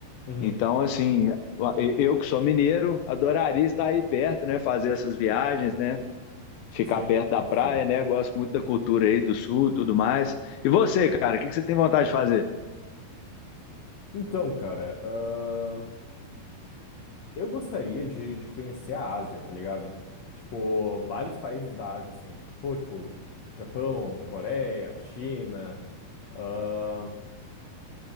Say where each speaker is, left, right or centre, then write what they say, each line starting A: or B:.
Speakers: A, on the left; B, on the left.
A: Uhum.
B: Então, assim, eu que sou mineiro, adoraria estar aí perto, né, fazer essas viagens, né? ficar
A: Sim,
B: perto da praia,
A: sim.
B: né? Gosto muito da cultura aí do sul, e tudo mais. E você, cara, o que que você tem vontade de fazer?
A: Então, cara, ah, eu gostaria de, de conhecer a Ásia, tá ligado? Tipo, vários países da Ásia, assim. Pô, tipo, Japão, Coreia, China. ah,